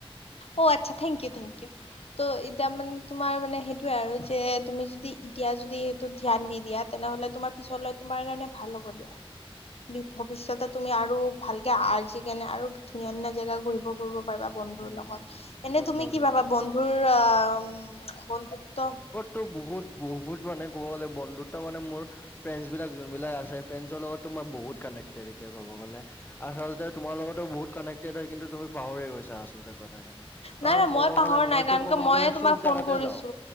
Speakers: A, on the left (about 80°); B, on the left (about 20°).
A: অ আচ্ছা থেংক ইউ থেংক ইউ। ত' এতিয়া মানে তোমাৰ মানে সেইটোয়ে আৰু যে তুমি যদি এতিয়া যদি। ধ্যান দি দিয়া তেনেহলে তোমাৰ পিছ তোমাৰ কাৰণে ভাল হ'ব দিয়া। ভৱিষ্যতে তুমি আৰু ভালকে আৰ্জি কেনে আৰু ধুনীয়া ধুনীয়া জেগা ঘূ ৰিব ফুৰিব পাৰিবা বন্ধুৰ
B: উম
A: লগত।
B: উম
A: এনে
B: বন্ধুৰ
A: তুমি কি
B: লগত
A: ভাবা বন্ধুৰ আহ বন্ধুত্ব -
B: তো বহুত বহুত মানে ক'ব গ'লে বন্ধুতা মানে মোৰ, ফ্ৰেণ্ড বিলাক যোনবিলাক আছে ফ্ৰেণ্ডৰ লগতো মই বহুত কানেক্টেড এতিয়া ক'ব গ'লে। আচলতে তোমাৰ লগতো বহুত কানেক্টেড হয়, কিন্তু তুমি পাহৰি গৈছা আচলতে কথাখিনি। কাৰণ
A: নাই নাই
B: কব
A: মই পাহৰা
B: গ'লে মইতো
A: নাই কাৰণ
B: ক'ব
A: কিয় ময়ে
B: গ'লে
A: তোমাক
B: চব
A: ফোন
B: জাগাতে
A: কৰিছো
B: যাওঁ।